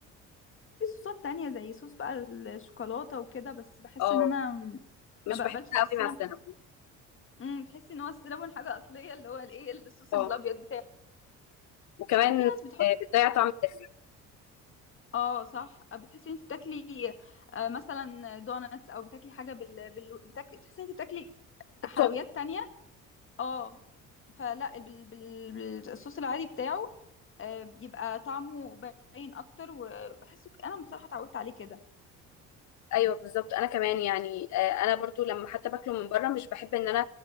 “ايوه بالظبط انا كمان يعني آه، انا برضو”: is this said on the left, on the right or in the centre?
Left